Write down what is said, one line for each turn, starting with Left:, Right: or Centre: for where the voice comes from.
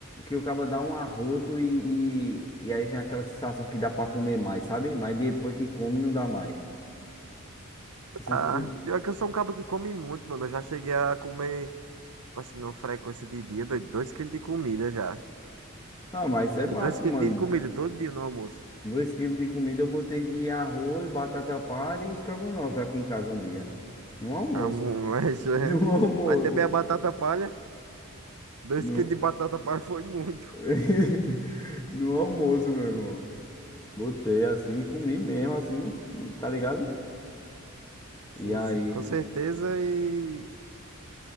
Left: Que o cabo dá um arroto e, e, e aí vem aquela sensação que dá pra comer mais, sabe? Mas depois que come não dá mais. Não sei
Right: Ah,
Left: se tu...
Right: pior que eu sou um cabo que come muito, mano. Eu já cheguei a comer, tipo assim, numa frequência de dia, dois dois quilos de comida já.
Left: Ah, mas isso é básico,
Right: dois quilos
Left: mano.
Right: de comida todo dia no almoço.
Left: Dois quilos de comida eu botei de arroz, batata palha e estrogonofe aqui em casa um dia. No
Right: <laughs>
Left: almoço.
Right: A molecha,
Left: <laughs> No
Right: é.
Left: almoço.
Right: Mas também a batata palha. Dois
Left: No...
Right: quilos de batata palha foi muito.
Left: <laughs> no almoço, meu irmão. Botei assim, comi mesmo, assim, não- tá ligado?
Right: Sim,
Left: E aí.
Right: sim, com certeza. E,